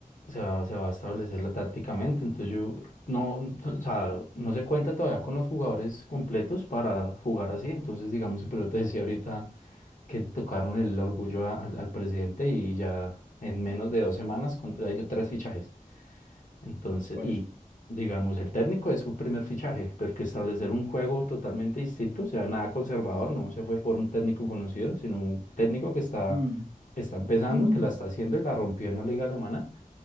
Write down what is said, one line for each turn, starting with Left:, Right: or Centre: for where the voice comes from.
Left: se va, se va a establecerla
Right: pues,
Left: tácticamente. Entonces yo no, o sea, no se cuenta todavía con los jugadores completos para jugar así. Entonces, digamos, pero te decía ahorita que tocaron el orgullo a- al, al presidente y ya en menos de dos semanas contrajo tres fichajes. Entonces,
Right: ¿Cuál
Left: y
Right: es?
Left: digamos, el técnico es su primer fichaje, porque establecer un juego totalmente distinto, o sea, nada conservador, no se fue por un técnico conocido, sino un técnico que está,
Right: Mm.
Left: que está empezando,
Right: <clears throat>
Left: que la está haciendo y la rompió en la liga alemana,